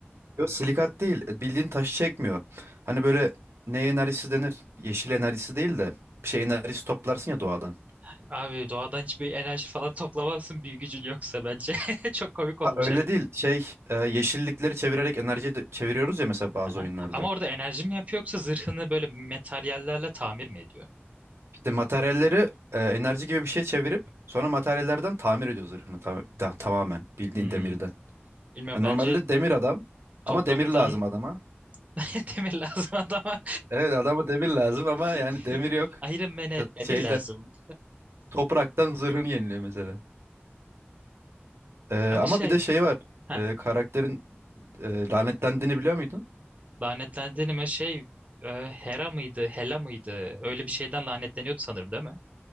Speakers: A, on the right; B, on the right.
A: Yok, silikat değil. e, Bildiğin taşı çekmiyor. Hani böyle ne enerjisi denir? Yeşil enerjisi değil de bir şey enerjisi toplarsın ya doğadan.
B: <laughs> Abi doğadan hiçbir enerji falan toplamazsın büyü gücün yoksa bence. <laughs> Çok komik
A: Ha,
B: olmuş
A: öyle
B: hani.
A: değil. Şey e, yeşillikleri çevirerek enerji de- çeviriyoruz ya mesela bazı
B: Aha.
A: oyunlarda.
B: Ama orada enerji mi yapıyor yoksa zırhını böyle materyallerle tamir mi ediyor?
A: İşte materyalleri e, enerji gibi bir şey çevirip sonra materyallerden tamir ediyor zırhını tam- da- tamamen bildiğin
B: Hmm.
A: demirden.
B: Bilmiyorum
A: Ha, normalde
B: bence
A: demir adam
B: Topraktan
A: ama demir lazım adama.
B: <laughs> demir lazım adama.
A: Evet adama demir lazım ama
B: <laughs>
A: yani demir yok.
B: Iron Man'e
A: Mesela
B: demir
A: Şeyden
B: lazım.
A: topraktan zırhını yeniliyor mesela. E,
B: Abi
A: ama
B: şey,
A: bir de şey var.
B: heh,
A: E, karakterin e, lanetlendiğini biliyor muydun?
B: lanetlendiğime şey e, Hera mıydı, Hela mıydı? Öyle bir şeyden lanetleniyordu sanırım değil mi?